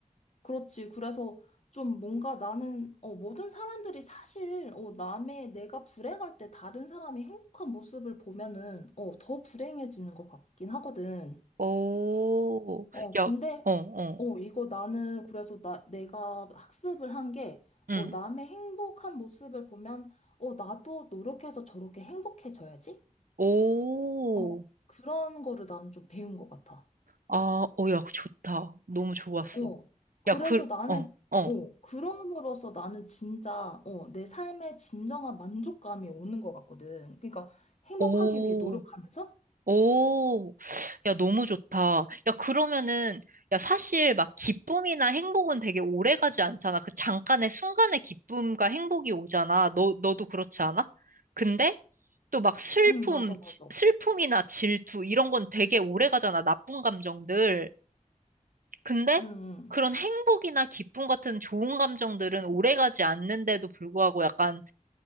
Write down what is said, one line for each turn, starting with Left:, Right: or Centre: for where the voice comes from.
Left: 그렇지. 그래서 좀 뭔가 나는 어 모든 사람들이 사실 어 남의 내가 불행할 때 다른 사람이 행복한 모습을 보면은 어 더 불행해지는 것 같긴 하거든.
Right: 오,
Left: 어
Right: 야,
Left: 근데
Right: 어, 어,
Left: 어 이거 나는 그래서 나 내가 학습을 한 게
Right: 응.
Left: 어 남의 행복한 모습을 보면 어 나도 노력해서 저렇게 행복해져야지.
Right: 오,
Left: 어, 그런 거를 나는 좀 배운 것 같아.
Right: 아, 어, 야, 좋다. 너무 좋았어.
Left: 어, 그래서
Right: 야, 그,
Left: 나는,
Right: 어, 어.
Left: 어, 그럼으로써 나는 진짜, 어, 내 삶에 진정한 만족감이 오는 것 같거든. 그러니까 행복하기
Right: 오,
Left: 위해 노력하면서?
Right: 오, 야, 너무 좋다. 야, 그러면은, 야, 사실 막 기쁨이나 행복은 되게 오래 가지 않잖아. 그 잠깐의 순간의 기쁨과 행복이 오잖아. 너, 너도 그렇지 않아? 근데 또 막 슬픔,
Left: 응, 맞아, 맞아.
Right: 지- 슬픔이나 질투, 이런 건 되게 오래 가잖아. 나쁜 감정들. 근데
Left: 응, 응.
Right: 그런 행복이나 기쁨 같은 좋은 감정들은 오래 가지 않는데도 불구하고 약간